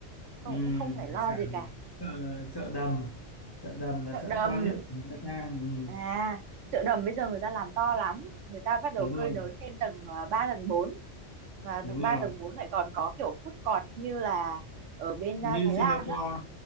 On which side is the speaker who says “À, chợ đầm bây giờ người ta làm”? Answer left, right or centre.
Right